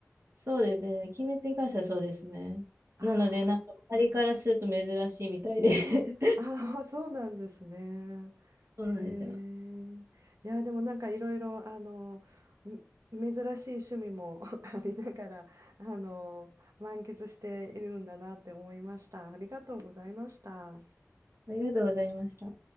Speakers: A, on the right; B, on the right.
A: そうですね。鬼滅に関してはそうですね。
B: あ
A: なので、なんか周りからすると珍しいみたいで <laughs>
B: あ、ああ、<laughs> そうなんですね。へえ。
A: そうなんですよ。
B: いや、でもなんかいろいろ、あの、め珍しい趣味も <laughs> ありながら、あの、満喫しているんだなって思いました。ありがとうございました。
A: ありがとうございました。